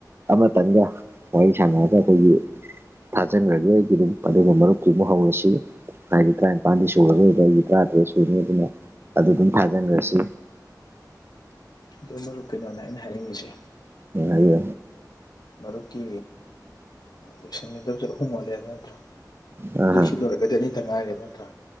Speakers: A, on the right; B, on the left.
A: ꯑꯃꯇꯪꯒ ꯋꯥꯔꯤ ꯁꯥꯟꯅꯔꯒ ꯑꯩꯈꯣꯏꯒꯤ__ ꯊꯥꯖꯤꯟꯈ꯭ꯔꯒꯦ ꯑꯩꯒꯤ ꯑꯗꯨꯝ ꯑꯗꯨꯒ ꯃꯔꯨꯞꯀꯤ ꯑꯃꯨꯛ ꯍꯧꯔꯁꯤ꯫ ꯍꯥꯏꯗꯤ ꯇꯔꯥꯅꯤꯄꯥꯥꯟꯗꯤ ꯁꯨꯔꯔꯣꯏꯕ ꯑꯩꯗꯤ ꯇꯔꯥꯇꯔꯦꯠ ꯁꯨꯔꯅꯤ ꯑꯗꯨꯅ ꯑꯗꯨ ꯑꯗꯨꯝ ꯊꯥꯖꯟꯈ꯭ꯔꯁꯤ꯫
B: ꯑꯗꯣ ꯃꯔꯨꯨꯞ ꯀꯩꯅꯣꯅꯦ ꯑꯩꯅ ꯍꯥꯏꯅꯤꯡꯉꯤꯁꯦ꯫
A: ꯑꯗꯨ
B: ꯃꯔꯨꯞꯀꯤ ꯂꯣꯏꯁꯟꯒꯗꯧꯔꯤꯁꯦ ꯑꯍꯨꯝ ꯑꯥꯜꯂꯦ ꯍꯥꯏꯕ ꯅꯠꯇ꯭ꯔꯣ
A: ꯑꯥ
B: ꯑꯗꯨꯏ ꯁꯤ ꯂꯣꯏꯔꯛꯀ ꯑꯗꯨꯗꯤ ꯑꯅꯤꯗ ꯉꯥꯏꯔꯦꯕ ꯅꯠꯇ꯭ꯔꯥ